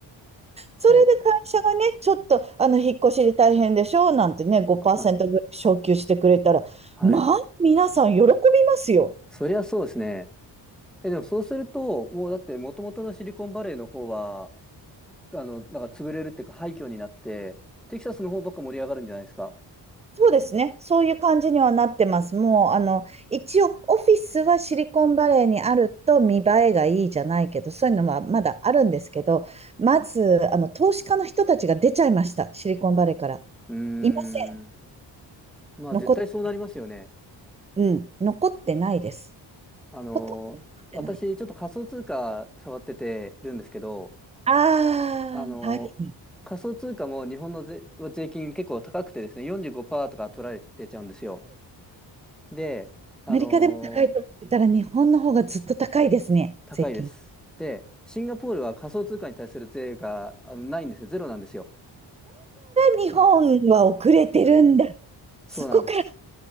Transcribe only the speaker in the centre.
い。え、
はい。
はい。
そりゃそうですね。え、でもそうすると、もうだって元々のシリコンバレーの方は、あの、なんか潰れるっていうか廃墟になって、テキサスの方ばっか盛り上がるんじゃないですか。
うー
ん。まあ絶対そうなりますよね。
あのー、
私ちょっと仮想通貨触っててるんですけど、
あのー、
仮想通貨も日本の税、税金結構高くてですね、45%とか取られてちゃうんですよ。で、あのー、
高いです。
で、シンガポールは仮想通貨に対する税があのないんですよ。ゼロなんですよ。
ああそうなんです。